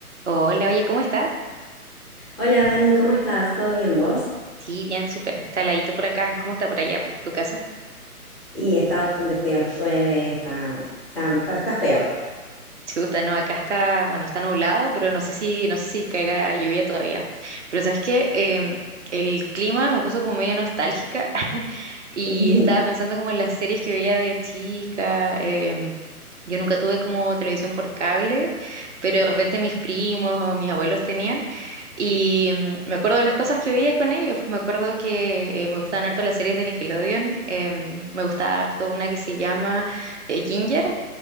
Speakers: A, on the right; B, on the left.
A: Hola, oye, ¿cómo estás?
B: Hola Dani, ¿cómo estás? ¿Todo bien vos?
A: Sí, bien, súper. Está heladito por acá. ¿Cómo está por allá, por tu casa?
B: Y está bastante feo, llueve, está, está, está, está feo.
A: Chuta, no, acá está, bueno, está nublado, pero no sé si, no sé si caiga lluvia todavía. Pero sabes que el clima me puso como medio nostálgica <laughs> y
B: <laughs>
A: estaba pensando como en las series que veía de chica. em, yo nunca tuve como televisión por cable, pero de repente mis primos o mis abuelos tenían y em, me acuerdo de las cosas que veía con ellos. Pues me acuerdo que eh, me gustaban harto las series de Nickelodeon. em, me gustaba harto una que se llama eh, Ginger,